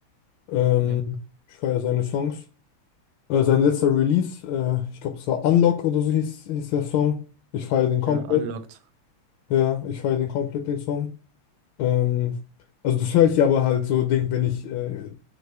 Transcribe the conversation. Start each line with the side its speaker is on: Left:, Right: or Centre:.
Left: Ähm,
Right: Ja,
Left: ich feiere seine Songs. Äh, sein letzter Release, äh, ich glaube, das war Unlock oder so hieß, hieß der Song. Ich feiere den komplett.
Right: ja, Unlocked.
Left: Ja, ich feiere den komplett, den Song. Ähm, also das höre ich aber halt so, Ding, wenn ich äh,